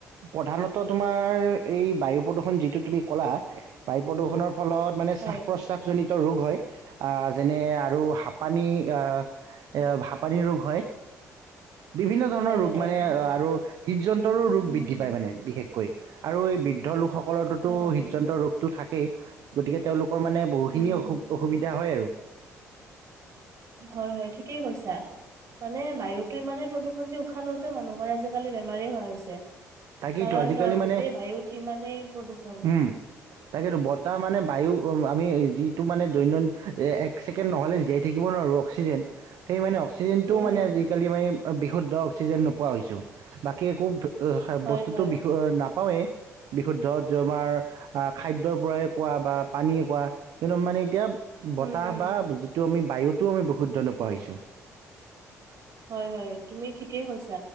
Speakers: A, on the right; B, on the right.
A: প্ৰধানতঃ তোমাৰ এই বায়ু প্ৰদূষণ যিটো তুমি ক'লা বা, প্ৰদূষণৰ ফলত মানে
B: হয়
A: শ্বাস- প্ৰশ্বাসজনিত ৰোগ হয় যেনে, আৰু হাঁপানী আঃ এভাব, পানীৰ ৰোগ হয়। বিভিন্ন ধৰণৰ
B: হয়
A: ৰোগ
B: হয়
A: মানে আৰু, হৃদযন্তৰো ৰোগ
B: উম
A: বৃদ্ধি
B: হম
A: পায় মানে বিশেষ, কৈ আৰু এই বৃ, বৃদ্ধ লোকসকলৰোতো
B: তাকে তাকে
A: হৃদযন্ত্ৰ ৰোগটো থাকে। গতিকে তেওঁলোক, লোকৰ মানে বহুখিনি
B: উম হম
A: অসু- অসুবিধা হয় আৰু।
B: হয় -হয় ঠিকেই কৈছা, মানে বায়ুতোই ইমানেই প্ৰদূৰণ যে, উশাহ লওঁতে মানুহৰ আজিকালি বেমাৰেই হোৱা হৈছে।
A: তাকেটো
B: কাৰণ
A: আজিকালি
B: অ গোটেই
A: মানে
B: বায়ুত ইমানেই প্ৰদূষণ
A: উম, ' তাকেটো বতাহ মানে বায়ু আমি, যিটো মানে দৈনন্দিন এক ছেকেণ্ড নহ'লে জীয়াই থাকিব নোৱাৰোঁ অক্সিজেন সেই মানে অক্সি, চিজেন
B: উম
A: টো মানে
B: হম
A: আজিকালি মানে, বিশুদ্ধ অক্সিজেন নোপোৱা হৈছোঁ বাকী একো,
B: হয়
A: বস্তুটো
B: হয়
A: বি - নাপ, অয়ে, বিশুদ্ধ তোমাৰ খাদ্যৰ পৰাই কোৱা বা পানীয়ে কোৱা কিন্তু মানে এতিয়া,
B: উম,
A: বতাহ
B: উম,
A: বা যি, ত 'আমি বায়ুতো আমি বহুত ধৰণৰ পোৱা হৈছো।
B: হয় -হয় তুমি ঠিকেই কৈছা।